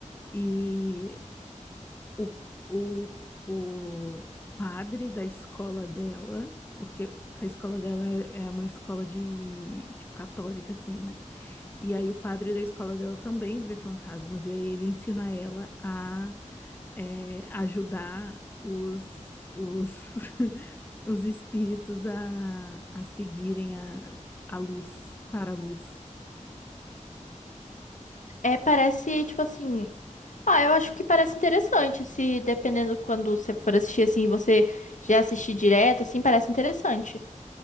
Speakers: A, on the left; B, on the left.
A: E o, o, o padre da escola dela, porque a escola dela é uma escola de, tipo, católica, assim, né? E aí o padre da escola dela também vê fantasmas, e aí ele ensina ela a é, ajudar os, os, <laughs> os espíritos a, a seguirem a, a luz, para a luz.
B: É, parece, tipo assim. Ah, eu acho que parece interessante. Se dependendo quando você for assistir assim, você já assistir direto, assim, parece interessante.